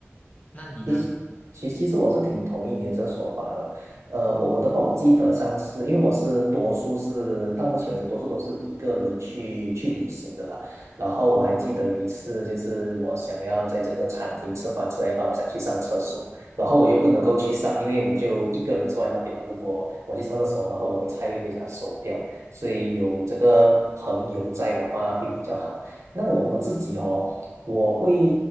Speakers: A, on the left (about 30°); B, on the right (about 80°).
A: 那你呢？
B: 其实，其实，其实我是挺同意你的这个说法的。呃，我我的话，我记得上次，因为我是多数是到目前为止，多数都是一个人去去旅行的啦。然后我还记得有一次，就是我想要在这个餐厅吃饭，吃到一半，我想去上厕所，然后我又不能够去上，因为我就一个人坐在那边嘛。如果我去上厕所，然后我的菜会被人家收掉，所以有这个朋友在的话会比较好。那我我自己哦。我会